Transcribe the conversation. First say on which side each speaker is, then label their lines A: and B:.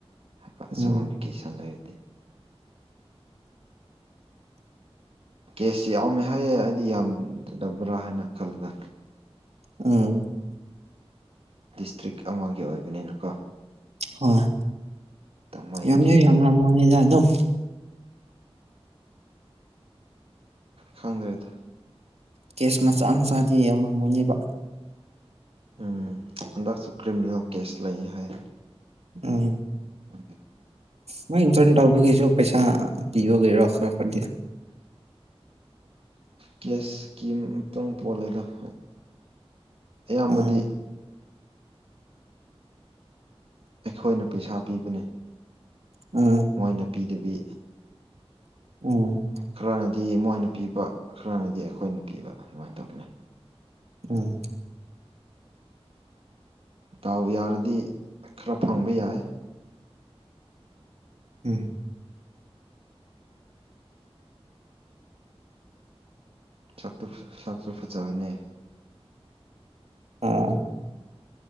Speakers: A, on the right; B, on the right.
A: ꯍꯥꯏꯕ
B: ꯎꯝ
A: ꯁꯝꯃꯔ ꯚꯦꯀꯦꯁꯟ ꯂꯩꯔꯗꯤ ꯀꯦꯁꯁꯤ ꯌꯥꯎꯃꯦ ꯍꯥꯏꯌꯦ ꯑꯩꯗꯤ ꯌꯥꯝꯗꯗꯕ꯭ꯔꯥ ꯍꯥꯏꯅ ꯈꯜꯂꯒ
B: ꯎꯝ
A: ꯗꯤꯁꯇ꯭ꯔꯤꯛ ꯑꯃꯒꯤ ꯑꯣꯏꯕꯅꯤꯅꯀꯣ
B: ꯍꯣꯏ
A: ꯇꯥꯃꯩꯒꯤꯁꯨ
B: ꯌꯥꯝ ꯌꯥꯝꯅ ꯃꯅꯤꯗ ꯑꯗꯨꯝ
A: ꯈꯪꯗ꯭ꯔꯦꯗ
B: ꯀꯦꯁ ꯃꯆꯥ ꯃꯆꯥꯗꯤ ꯌꯥꯝꯔꯝꯃꯣꯏꯅꯦꯕ
A: ꯎꯝ ꯍꯟꯗꯛꯁꯨ ꯀ꯭ꯔꯤꯃꯤꯅꯦꯜ ꯀꯦꯁ ꯂꯩ ꯍꯥꯏ
B: ꯎꯝ
A: ꯎ
B: ꯃꯣꯏ ꯏꯟꯇꯔꯅꯦ ꯇꯧꯕꯈꯩꯁꯨ ꯄꯩꯁꯥ ꯄꯤꯕꯈꯔꯣ ꯈꯔ ꯈꯔꯗꯤ
A: ꯀꯁꯀꯤꯤ ꯃꯇꯨꯡ ꯄꯣꯜꯂꯦꯗ ꯍꯥꯏ ꯑꯌꯥꯝꯕꯗꯤ
B: ꯎꯝ
A: ꯑꯩꯈꯣꯏꯅ ꯄꯩꯁꯥ ꯄꯤꯕꯅꯦ
B: ꯎꯝ
A: ꯃꯣꯏꯅ ꯄꯤꯗꯕꯤ
B: ꯎꯝ
A: ꯈꯔꯅꯗꯤ ꯃꯣꯏꯅ ꯄꯤꯕ ꯈꯔꯅꯗꯤ ꯑꯩꯈꯣꯏꯅ ꯄꯤꯕ ꯑꯗꯨꯃꯥꯏꯅ ꯇꯧꯕꯅꯦ
B: ꯎꯝ
A: ꯇꯥꯎ ꯌꯥꯔꯗꯤ ꯈꯔ ꯐꯪꯕ ꯌꯥꯏ
B: ꯎꯝ
A: ꯥꯛꯇ ꯆꯥꯛꯁꯨ ꯐꯖꯕꯅꯦ
B: ꯑꯥ